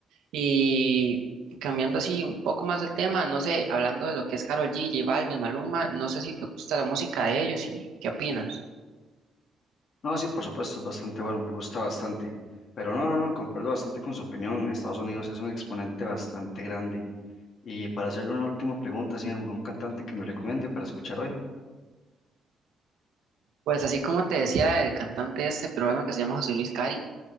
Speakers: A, on the right; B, on the left.
A: Y cambiando así un poco más el tema, no sé, hablando de lo que es Karol G, J Balvin, Maluma, no sé si te gusta la música de ellos y qué opinas.
B: No, sí, por supuesto, es bastante bueno, me gusta bastante. Pero no, no, no, concuerdo bastante con su opinión. Estados Unidos es un exponente bastante grande. Y para hacerle una última pregunta, ¿sí, algún cantante que me recomiende para escuchar hoy?
A: Pues así como te decía, el cantante este peruano que se llama José Luis Cari,